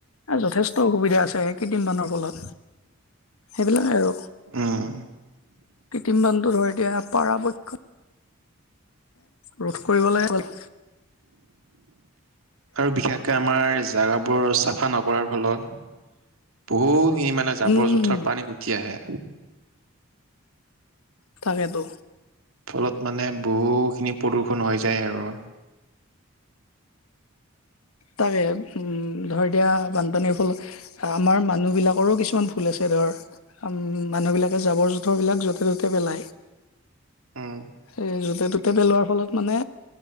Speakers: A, on the left; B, on the right.
A: যথেষ্ট অসুবিধা আছে কৃত্ৰিম বানৰ ফলত। সেইবিলাকে আৰু
B: উম
A: কৃত্ৰিম বানটো ধৰ এতিয়া পৰাপক্ষ ৰোধ কৰিবলৈ গৈ
B: আৰু বিশেষকে আমাৰ জেগাবোৰ চাফা নকৰাৰ ফলত বহুখিনি মানে জাবৰ
A: উম
B: জোঁথৰ পানীত উটি আহে।
A: তাকেতো।
B: ফলত মানে বহুখিনি প্ৰদূষণ হৈ যায় আৰু।
A: তাকে ধৰ দিয়া বানপানীৰ ফুল আমাৰ মানুহবিলাকৰো কিছুমান ভুল আছে ধৰ। আ, মানুহবিলাকে জাবৰ জোঁথৰবিলাক য'তে ত'তে পেলায়।
B: উম
A: সে য'তে ত'ত তে পেলোৱাৰ ফলত মানে